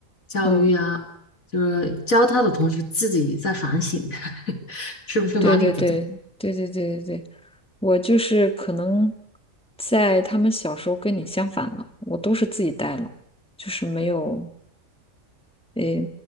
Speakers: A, on the left; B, in the centre.
A: 教育啊，
B: 嗯。
A: 就是教他的同时自己在反省。<laughs> 是不是哪里不对？
B: 对对对对对对对对，我就是可能在他们小时候跟你相反了，我都是自己带了，就是没有，诶，